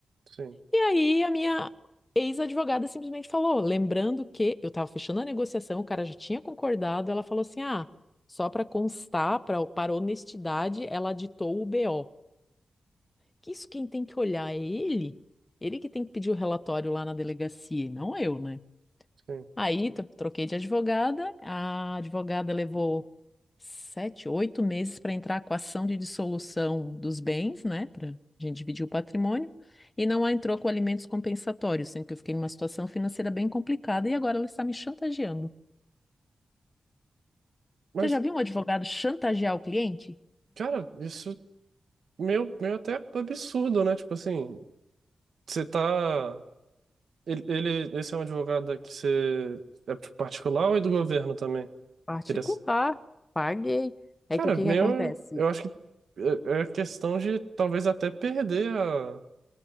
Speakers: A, on the right; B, on the left.
A: Sim,
B: E aí a minha ex-advogada simplesmente falou, lembrando que eu estava fechando a negociação, o cara já tinha concordado, ela falou assim: ah, só para constar, pra, para honestidade, ela ditou o BO que isso quem tem que olhar é ele, ele que tem que pedir o relatório lá na delegacia, e não eu, né?
A: sim.
B: Aí tro- troquei de advogada, a advogada levou sete, oito meses para entrar com a ação de dissolução dos bens, né? Para a gente dividir o patrimônio, e não entrou com alimentos compensatórios, sendo que eu fiquei numa situação financeira bem complicada e agora ela está me chantageando.
A: Mas,
B: Você já viu um advogado chantagear o cliente?
A: cara, isso meio, meio até absurdo, né? Tipo assim, você tá... Ele, ele, esse é um advogado que você... É tipo, particular ou é do governo também?
B: Particular,
A: Queria... s-
B: paguei. É
A: Cara,
B: que o que
A: meio...
B: que acontece?
A: Eu acho que é é questão de talvez até perder a